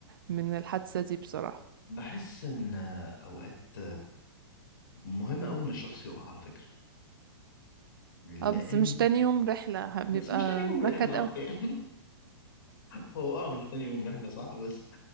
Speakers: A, on the right; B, on the left.
A: من الحادثه دي بصراحه
B: بحس ان اوقات مهم قوي ان الشخص يقع على فكره لان
A: اه بس مش تاني يوم رحله ه- بيبقى
B: بس مش تاني يوم
A: نكد
B: رحله
A: أوي
B: <laughs> يعني هو اه مش تاني يوم رحله صح بس